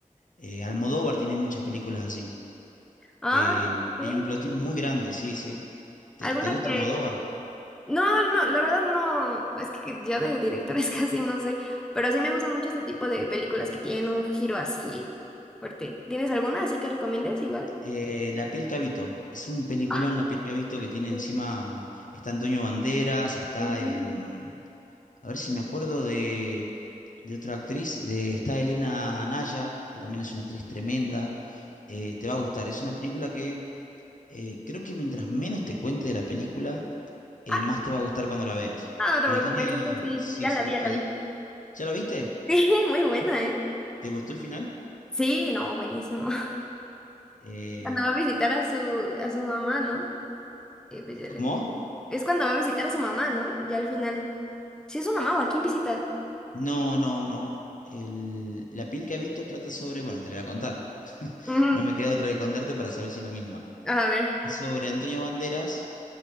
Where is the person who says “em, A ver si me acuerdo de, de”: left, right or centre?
Left